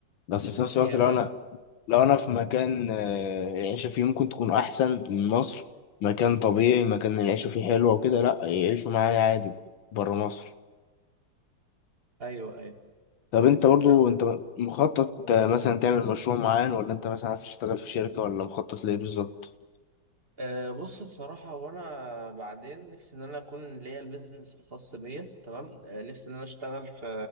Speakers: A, on the left (about 85°); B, on the right (about 30°).
A: بس
B: مم،
A: في نفس
B: الحقيقة
A: الوقت لو
B: فعلا
A: انا لو انا في مكان آه، العيشه فيه ممكن تكون احسن من مصر مكان طبيعي مكان العيشه فيه حلوه وكده لا يعيشوا معايا عادي بره مصر
B: ايوه ايوه
A: طب انت برضو
B: لا،
A: انت مخطط آه، مثلا تعمل مشروع معين ولا انت مثلا عايز تشتغل في شركه ولا مخطط ليه بالظبط
B: أه بص بصراحة وأنا بعدين نفسي إن أنا أكون ليا البيزنس الخاص بيا تمام أه نفسي إن أنا أشتغل في